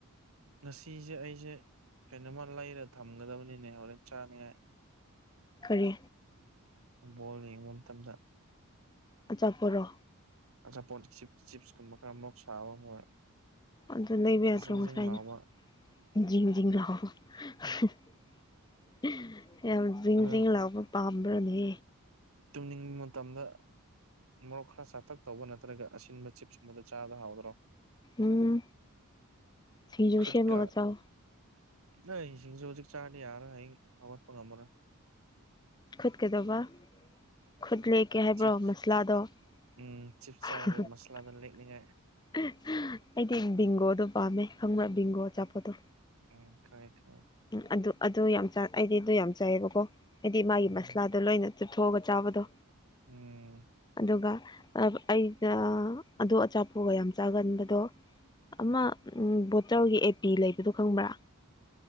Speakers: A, on the right; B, on the left.
A: ꯉꯁꯤꯖꯦ ꯑꯩꯖꯦ ꯀꯩꯅꯣꯝꯃ ꯂꯩꯔ ꯊꯝꯒꯗꯕꯅꯤꯅꯦ ꯍꯣꯔꯦꯟ ꯆꯥꯅꯤꯡꯉꯥꯏ
B: ꯀꯔꯤ
A: ꯕꯣꯜ ꯌꯦꯡꯕ ꯃꯇꯝꯗ
B: ꯑꯆꯥꯄꯣꯠꯔꯣ
A: ꯑꯆꯥꯄꯣꯠ ꯆꯤꯞꯁ ꯆꯤꯞꯁ ꯀꯨꯝꯕ ꯈꯔ ꯃꯣꯔꯣꯛ ꯁꯥꯕ ꯍꯣꯏ
B: ꯑꯗꯨ ꯂꯩꯕ ꯌꯥꯗ꯭ꯔꯣꯉꯁꯥꯏꯅ
A: ꯖꯤꯡ ꯖꯤꯡ ꯂꯥꯎꯕ
B: ꯖꯤꯡ ꯖꯤꯡ ꯂꯥꯎꯕ <unintelligible> ꯌꯥꯝ ꯖꯤꯡ
A: ꯑꯗꯨ
B: ꯖꯤꯡ ꯂꯥꯎꯕ ꯄꯥꯝꯕ꯭ꯔꯥꯅꯦ
A: ꯇꯨꯝꯅꯤꯡꯕ ꯃꯇꯝꯗ ꯃꯣꯔꯣꯛ ꯈꯔ ꯁꯥꯇꯛ ꯇꯧꯕ ꯅꯠꯇ꯭ꯔꯒ ꯑꯁꯤꯟꯕ ꯆꯤꯞꯁꯀꯨꯝꯕꯗꯣ ꯆꯥꯕꯗ ꯍꯥꯎꯗ꯭ꯔꯣ
B: ꯎꯝ ꯁꯤꯡꯖꯨ
A: ꯈꯨꯠꯀ
B: ꯁꯦꯝꯃꯒꯥ ꯆꯥꯎ
A: ꯅꯣꯏ ꯁꯤꯡꯖꯨ ꯍꯧꯖꯤꯛ ꯆꯥꯔꯗꯤ ꯌꯥꯔꯔꯣꯏ ꯍꯌꯦꯡ ꯍꯧꯒꯠꯄ ꯉꯝꯃꯔꯣꯏ
B: ꯈꯨꯠ ꯀꯩꯗꯧꯕ ꯈꯨꯠ ꯂꯦꯛꯀꯦ ꯍꯥꯏꯕ꯭ꯔꯣ
A: ꯆꯤꯞꯁ
B: ꯃꯁꯂꯥꯗꯣ <unintelligible>
A: ꯎꯝ ꯆꯤꯞꯁ ꯆꯥꯔꯒ <unintelligible>
B: <unintelligible> ꯑꯩꯗꯤ ꯕꯤꯡꯒꯣꯗꯣ ꯄꯥꯝꯃꯦ ꯈꯪꯕꯔꯥ ꯕꯤꯡꯒꯣ ꯑꯆꯥꯄꯣꯠꯇꯣ
A: ꯎꯝ ꯈꯪꯉꯦ ꯈꯪꯉꯦ
B: ꯎꯝ ꯑꯗꯨ ꯑꯗꯨ ꯌꯥꯝ ꯆꯥ ꯑꯩꯗꯤ ꯑꯗꯨ ꯌꯥꯝ ꯆꯥꯏꯌꯦꯕꯀꯣ ꯑꯩꯗꯤ ꯃꯥꯒꯤ
A: ꯎꯝ
B: ꯃꯁꯥꯂꯥꯗꯣ ꯂꯣꯏꯅ ꯆꯨꯞꯊꯣꯛꯑꯒ ꯆꯥꯕꯗꯣ
A: ꯎꯝ
B: ꯑꯗꯨꯒ ꯑ ꯑꯩꯩꯅ ꯑꯗꯨ ꯑꯆꯥꯄꯣ ꯄꯨꯨ ꯌꯥꯝ ꯆꯥꯒꯟꯕꯗꯣ ꯑꯃ ꯕꯣꯇꯜꯒꯤ ꯑꯦ ꯄꯤ ꯂꯩꯕꯗꯣ ꯈꯪꯕ꯭ꯔꯥ